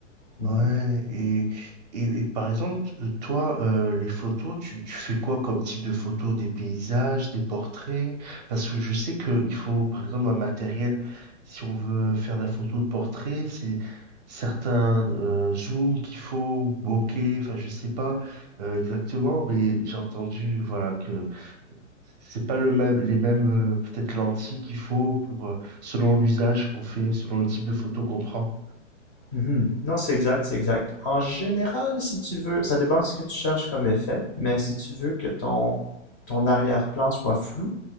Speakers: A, on the left; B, on the right.
A: mhm.
B: Ouais, et, et, et par exemple, euh, toi, euh, les photos, tu, tu fais quoi comme type de photos? Des paysages, des portraits? Parce que je sais qu'il faut, par exemple, un matériel, si on veut faire de la photo de portrait, c'est certains euh, zooms qu'il faut, ou bokeh, enfin, je sais pas euh, exactement, mais j'ai entendu, voilà, que c'est pas le même, les mêmes, euh, peut-être lentilles qu'il faut pour, euh, selon l'usage qu'on fait, selon le type de photo qu'on prend.
A: Mhm. Non, c'est exact, c'est exact. En général, si tu veux, ça dépend de ce que tu cherches comme effet, mais si tu veux que ton, ton arrière-plan soit flou,